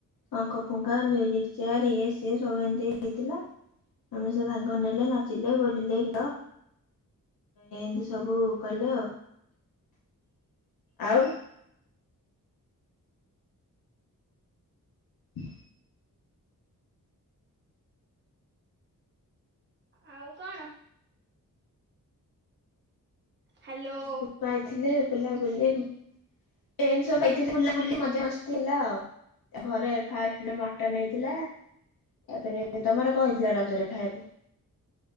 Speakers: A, on the left (about 80°); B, on the right (about 30°).
A: ଶଙ୍ଖ ଫୁଙ୍ଗା ମିଉଜିକ୍ ଚେୟାର ଇଏ ସିଏ ସବୁ ଏମିତି ହେଇଥିଲା ଆମେ ସେ ଭାଗ ନେଲେ ନାଚିଲେ ବୋଲିଲେ ଗୀତ ଏମିତି ସବୁ କଲେ ଆଉ? ହ
B: ଆଉ କଣ ହ୍ୟାଲୋ।
A: ଏମିତି ପାଇଥିଲେ ବୁଲାବୁଲି ଏନ୍ତ୍ରି ସବୁ ପାଇଥିଲେ ବୁଲାବୁଲି ମଜା ମସ୍। ଥିଲା ଆଉ ଘରେ ଫାଷ୍ଟ ମଟନ ହେଇଥିଲା। ତାପରେ ତମର କଣ ହେଇଥିଲା ରଜରେ ଖାଇବାକୁ।